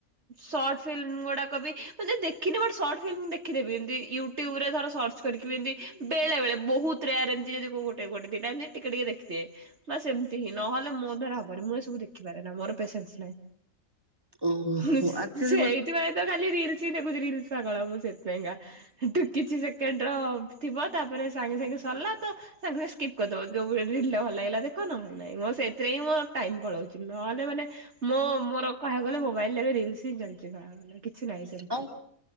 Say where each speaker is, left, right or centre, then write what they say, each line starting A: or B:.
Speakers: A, on the right; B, on the right.
A: ସର୍ଟ ଫିଲ୍ମ ଗୁଡାକ ବି ଦେଖିନେ ବଟ ସର୍ଟ ଫିଲ୍ମ ଦେଖିଦେବି ଏମିତି ୟୁଟୁବ ୟୁଟୁବରେ ଥର ସର୍ଚ କରିକି ଏମତି ବେଳେବଳେ ବହୁତ ରେୟରେ ଏମିତି ଯିଉ ଗୋଟେଗୋଟେ ଦିଟା ଏମତି ଟିକେଟିକେ ଦେଖିଦିଏ। ବାସ୍‌ ଏମିତି ହିଁ ନହେଲେ ମୋ ଦ୍ୱାରା ହବନି ମୁଁ ଏସବୁ ଦେଖିପାରେନା ମୋର ପେସେନ୍ସ ନାହିଁ।
B: ଓହୋ
A: ସେ
B: ଆକ୍ଚୁଆଲି
A: ସେଇଥିପାଇଁ
B: ଗୋଟେ
A: ତ ଖାଲି ରିଲସ ହିଁ ଦେଖୁଛି ରିଲସ ପାଗଳ ମୁଁ ସେଥିପାଇଁକା। ଠୁ କିଛି ସେକେଣ୍ଡ ର ଥିବ ତାପରେ ସାଙ୍ଗେ ସାଙ୍ଗେ ସରିଲା ତ ସାଙ୍ଗେ ସାଙ୍ଗେ ସ୍କିପ କରିଦବ ଯୋଉ ରିଲ୍ ଟା ଭଲ ଲାଗିଲା ଦେଖ ନହେଲେ ନାହିଁ ମୋ ସେଥିରେ ହିଁ ମ ଟାଇମ ପଳଉଛି ନହେଲେ ମାନେ ମୋ ମୋର କହିବାକୁ ଗଲେ ମୋବାଇଲରେ ହିଁ ରିଲ୍ସ ଚାଲିଛି କହିବାକୁ ଗଲେ କିଛି ନାହିଁ ସେମିତି।
B: ଆଉ